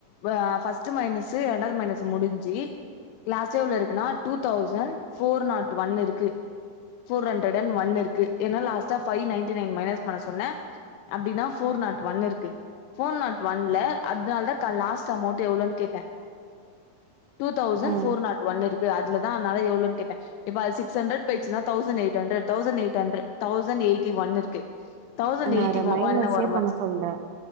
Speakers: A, on the left; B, on the right.
A: ப ஃபஸ்ட் மைனஸு ரெண்டாது மைனஸ் முடிஞ்சு லாஸ்ட்டா எவ்ளோ இருக்குனா two thousand four not one இருக்கு ஃபோர் ஹண்ட்ரேடன் ஒன் இருக்கு ஏனா லாஸ்ட்டா ஃபைவ் நைன்ட்டி நைன் மைனஸ் பண்ண சொன்ன அப்டினா ஃபோர் நாட் ஒன் இருக்கு ஃபோர் நாட் ஒன்ல அதுனால்தா க லாஸ்ட் அமௌன்ட்டு எவ்ளோனு கேட்ட டூ தௌசண்ட்
B: ம்
A: ஃபோர் நாட் ஒன் இருக்கு அதுலதா அதனால எவ்ளன்னு கேட்ட இப்ப அது சிக்ஸ் ஹண்ட்ரட் போய்ச்சுன்னா thousand eight hundred thousand eight hundred thousand eighty one இருக்கு தௌசண்ட்
B: நா
A: எயிட்டி
B: அத
A: ஒ
B: மைனஸே
A: ஒன்ன ஓரமா
B: பண்ண
A: வெச்சுரு
B: சொல்ல